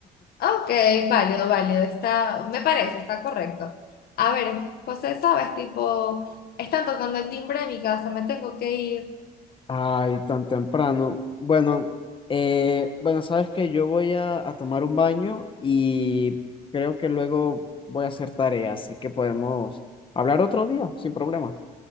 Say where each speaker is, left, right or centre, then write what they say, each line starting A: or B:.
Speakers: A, on the left; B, on the left.
A: Ok, válido, válido. Está, me parece, está correcto. A ver, José, sabes, tipo, están tocando el timbre de mi casa, me tengo que ir.
B: Ay, tan temprano. Bueno, eh, bueno, sabes que yo voy a, a tomar un baño y creo que luego voy a hacer tarea, así que podemos hablar otro día, sin problema.